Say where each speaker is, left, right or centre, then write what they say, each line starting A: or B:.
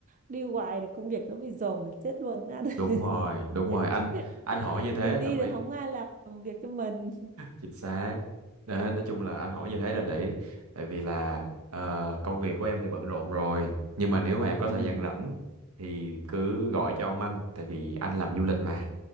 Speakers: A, on the right; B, on the right.
A: đi hoài là công việc nó bị dồn là chết luôn á <laughs>
B: Đúng rồi, đúng rồi.
A: <laughs>
B: Anh anh hỏi như thế
A: mình đi
B: là bởi
A: thì không ai làm việc cho mình
B: chính xác Đó, nói chung là anh hỏi như thế là để tại vì là ờ, công việc của em thì bận rộn rồi nhưng mà nếu mà em có
A: ừ
B: thời gian rảnh thì cứ gọi cho ông anh tại vì anh làm du lịch mà